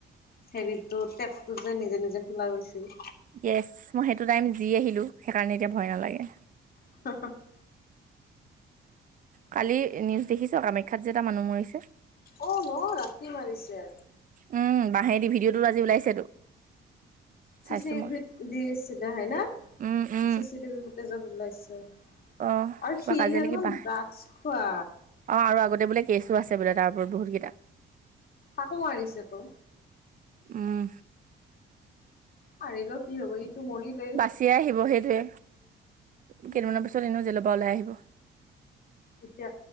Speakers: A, on the left; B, on the right.
A: হেৰিতো টেপটো যে নিজে নিজে খোলা গৈছিল।
B: য়েচ। মই সেইটো টাইম যি আহিলো সেইকাৰণে এতিয়া ভয় নালাগে।
A: <unintelligible>
B: কালি নিউজ দেখিছ, কামাখ্যাত যে এটা মানুহ মৰিছে?
A: অ ন ৰাতি মাৰিছে।
B: উম, বাঁহে দি ভিডিঅ'টোত আজি ওলাইছেতো।
A: চি
B: চাইছো
A: চি টিভিত
B: মই
A: দিছিলে হয় ন?
B: উম উম
A: চিচি টিভি ফুটেজত ওলাইছে।
B: অ
A: আৰু
B: কিবা
A: সি
B: কাজিয়া
A: হেনো
B: লাগি বাহ
A: ড্ৰাগছ খোৱা।
B: অ আৰু আগতে বোলে কেচো আছে বোলে তাৰ ওপৰত বহুত কেইটা।
A: তাকো মাৰিছে ত'।
B: উম।
A: মাৰিলেও কি হব ইটো মৰিলেই
B: বাচি আহিব সেইটোৱে। কেইদিনমান
A: উম
B: পিছত এনেও জেল পা ওলাই আহিব।
A: এতিয়া,